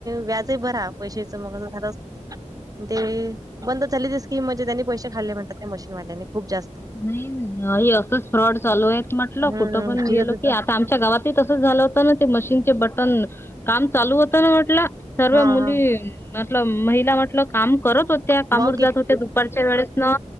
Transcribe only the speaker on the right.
व्याजही भरा पैशाच मग असं झालं असत. ते बंद झाले ते स्कीम म्हणजे त्यांनी पैसे खाल्ले म्हणतात त्या मशीन वाल्यानी खूप जास्त
हम्म
तिथं तिथं
हा
हा.
मग